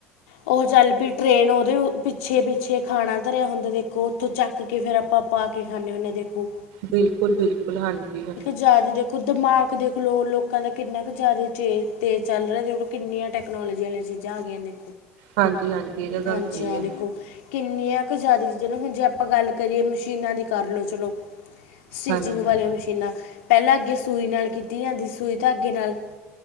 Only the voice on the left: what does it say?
ਓਹ ਚਾੱਲ ਪੀ ਟਰੇਨ, ਓਦੇ ਪਿੱਛੇ -ਪਿੱਛੇ ਖਾਣਾ ਧਰੇਆ ਹੁੰਦਾ, ਦੇਖੋ ਉੱਥੋਂ ਚਾੱਕ ਕੇ, ਫੇਰ ਆਪਾਂ ਪਾਕੇ ਖਾਂਨੇ ਹੁੰਨੇ ਹਾਂ ਦੇਖੋ
<unintelligible> ਦੇਖੋ ਦਮਾਗ ਦੇਖ ਲਓ, ਲੋਕਾਂ ਦਾ ਕਿੰਨਾ ਕਾ ਜਾਦਾ ਚੇ ਤੇਜ਼ ਚੱਲ ਰੇਹਾਂ, ਕਿੰਨੀਆਂ ਟੈਕਨੋਲੋਜੀ ਆਲੀਆਂ, ਚੀਜ਼ਾਂ ਆ ਗਈਆਂ ਨੇ
ਹਾਂਜੀ,
ਹਾਂ
ਦੇਖੋ ਕਿੰਨੀਆਂ ਕੁ ਜਾਦਾ ਚੀਜ਼ਾਂ ਨੇ, ਹੁਣ ਜੇ ਆਪਾਂ ਗੱਲ ਕਰੀਏ, ਮਸ਼ੀਨਾਂ ਦੀ ਕਰ ਲਓ ਚਲੋ ਸਿੰਜਗ
ਵਾਲੀਆਂ ਮਸ਼ੀਨਾਂ, ਪਹਿਲਾਂ ਅੱਗੇ ਸੂਈ ਨਾਲ ਕੀਤੀ ਜਾਂਦੀ ਸੀ, ਸੂਈ ਤਾਗੇ ਨਾਲ।